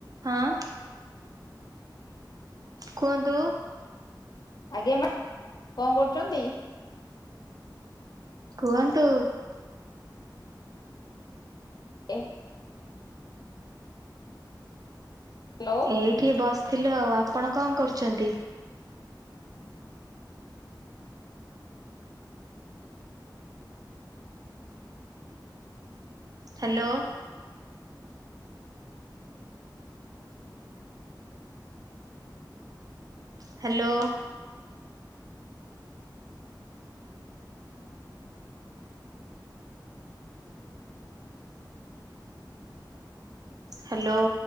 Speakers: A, on the right; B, on the left.
A: ହଁ। କୁହନ୍ତୁ।
B: ଆଜ୍ଞା ମା କଣ କରୁଛନ୍ତି?
A: କୁହନ୍ତୁ।
B: ଏ। ହ୍ୟାଲୋ।
A: ଏଇଠି ବସିଥିଲୁ ଆଉ ଆପଣ କଣ କରୁଛନ୍ତି? ହ୍ୟାଲୋ। ହ୍ୟାଲୋ। ହ୍ୟାଲୋ।